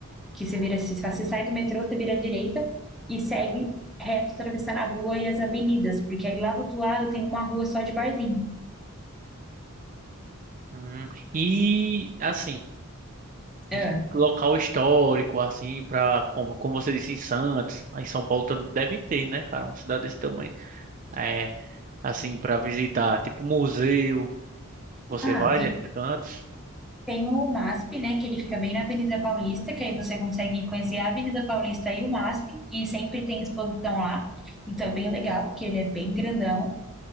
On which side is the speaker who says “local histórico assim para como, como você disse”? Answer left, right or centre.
Right